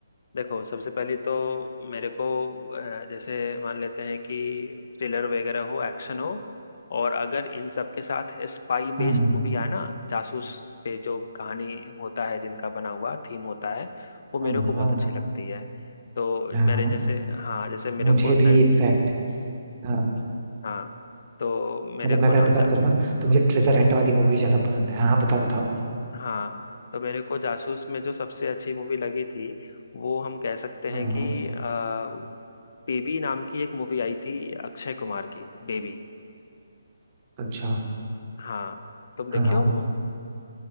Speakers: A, on the left (about 55°); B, on the right (about 30°).
A: देखो सबसे पहले तो मेरे को अ, जैसे मान लेते हैं कि थ्रिलर वगैरह हो एक्शन हो और अगर इन सब के साथ स्पाई
B: हाँ
A: बेस्ड मूवी आए ना जासूस पे जो कहानी होता है जिनका बना हुआ थीम होता है वो मेरे
B: हाँ
A: को बहुत
B: हाँ
A: अच्छी लगती है तो
B: हाँ
A: मेरे
B: हाँ,
A: जैसे हाँ जैसे मेरे
B: मुझे
A: को
B: भी
A: मैं
B: इनफैक्ट हाँ
A: हाँ तो मेरे
B: मतलब मैं
A: को
B: अगर
A: ना
B: अपनी बात करूँ ना तो मुझे ट्रेजर हंट वाली मूवी ज्यादा पसंद है हाँ हाँ, बताओ बताओ
A: हाँ तो मेरे को जासूस में जो सबसे अच्छी मूवी लगी थी वो हम कह सकते
B: हाँ।
A: हैं कि आ, बेबी नाम की एक मूवी आई थी अक्षय कुमार की बेबी
B: अच्छा
A: हाँ तुम देखे
B: हाँ हाँ
A: हो वो